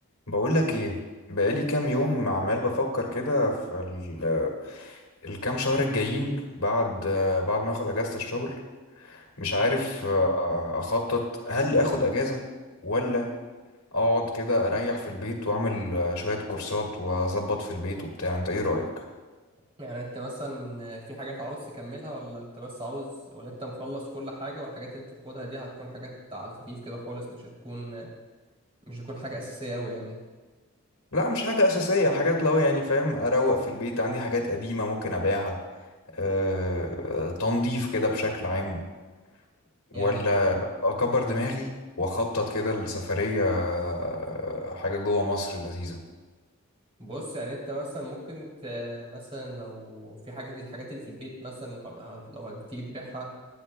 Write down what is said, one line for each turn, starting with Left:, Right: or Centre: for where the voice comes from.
Left: بقولك ايه بقالي كام يوم عمال بفكر كده في ال- الكام شهر الجايين بعد بعد ما اخد اجازة الشغل مش عارف
Right: مم.
Left: آه، اخطط هل اخد اجازة ولا اقعد كده اريح في البيت واعمل آه، شوية كورسات واظبط في البيت وبتاع انت ايه رأيك
Right: يعني انت مثلا في حاجات عاوز تكملها ولا انت بس عاوز ولا انت مخلص كل حاجة والحاجات اللي انت تاخدها دي هتكون حاجات على الخفيف كده خالص مش هتكون مش هتكون حاجة أساسية أوي يعني
Left: لا مش حاجة أساسية حاجات لو يعني فاهم أروق في البيت عندي حاجات قديمة ممكن أبيعها أه تنظيف كده بشكل عام ولا
Right: يعني
Left: اكبر دماغي واخطط كده لسفرية آه، حاجة جوه مصر لذيذة
Right: بص يعني انت مثلا ممكن ت... مثلا لو في حاجات الحاجات اللي في البيت مثلا لو هب- لو هتيجي تبيعها